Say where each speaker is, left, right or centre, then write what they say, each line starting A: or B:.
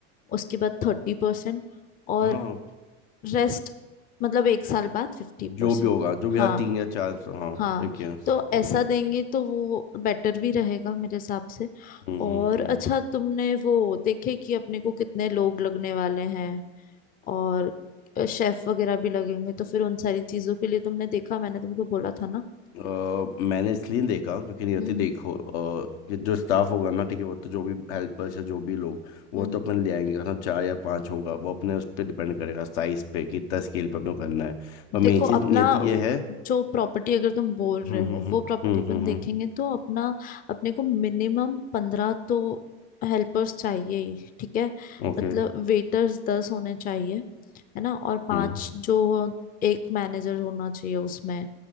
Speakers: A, on the left (about 25°); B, on the left (about 80°).
A: उसके बाद थर्टी परसेंट और
B: हाँ
A: रेस्ट मतलब एक साल बाद फिफ्टी
B: जो
A: परसेंट
B: भी होगा जो भी
A: हाँ
B: हाँ तीन या चार सौ हाँ
A: हाँ
B: ठीक है
A: तो ऐसा
B: ओके
A: देंगे तो वो बेटर भी रहेगा मेरे हिसाब से
B: हम्म
A: और
B: हम्म हम्म
A: अच्छा तुमने वो देखे कि अपने को कितने लोग लगने वाले हैं और शेफ वगैरह भी लगेंगे तो फिर उन सारी चीजों के लिए तुमने देखा मैंने तुमको बोला था ना
B: अ, मैंने इसलिए नहीं देखा क्योंकि नियति
A: हम्म
B: देखो अ, ये जो स्टाफ होगा ना ठीक है वो तो जो भी हेल्पर्स है जो भी लोग वो
A: हम्म
B: तो अपन ले आएंगे अगर चार या पाँच होगा वो अपने उस पर डिपेंड करेगा साइज पे कि कितना स्केल पे अपने को करना है पर मेन
A: देखो
B: चीज़
A: अपना
B: नियति
A: व-
B: ये है
A: जो प्रॉपर्टी अगर तुम बोल रहे
B: हम्म हम्म
A: हो वो
B: हम्म
A: प्रॉपर्टी अपन
B: हम्म
A: देखेंगे
B: हम्म
A: तो अपना अपने को मिनिमम पंद्रह तो हेल्पर्स चाहिए ही ठीक है
B: ओके
A: मतलब वेटर्स दस होने चाहिए है ना और पांच
B: हम्म
A: जो एक मैनेजर होना चाहिए उसमें